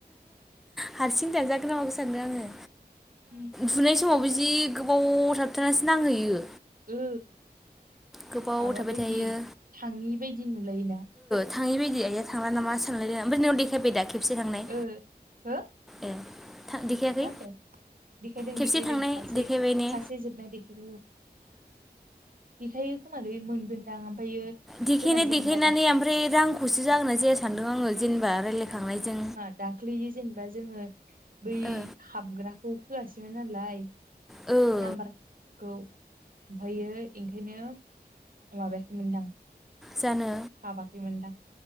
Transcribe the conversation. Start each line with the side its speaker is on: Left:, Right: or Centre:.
Centre: हारसिं दाजागोन माबो सानदों आङो
Right: उम
Centre: थुनाय समावबो जि गोबाव थाबथानानैसो नांहैयो
Right: ओ
Centre: गोबाव
Right: माबा
Centre: थाबाय
Right: बायदि
Centre: थायो।
Right: थाङि बायदि नुलायोना
Centre: थाङै बायदि आइया थांला नामा सानलाय ओमफ्राय ननाव देखायबाय दा खेबसे थांनाय
Right: ओ हो
Centre: ए देखायाखै
Right: मा होनदों देखायदों
Centre: खेबसे
Right: देखायदों
Centre: थांनाय
Right: सासे
Centre: देखायबाय ने
Right: सासे जोबनाय देखायदों देखायो खोमालै मोनगोनदां ओमफ्रायो
Centre: देखायनाय
Right: जोंना
Centre: देखायनानै
Right: जेनेबा दा
Centre: ओमफ्राय रांखौसो जागोनना जाया सानदों आङो जेनेबा रायज्लायखांनायजों
Right: दाख्लै जेनेबा जोङो बै
Centre: ओ
Right: हाबग्राखौ होआसैमोन नालाय
Centre: ओ
Right: नाम्बारखौमफायो ओंखायनो माबायाखैमोनदां
Centre: जानो
Right: हाबाखैमोनदां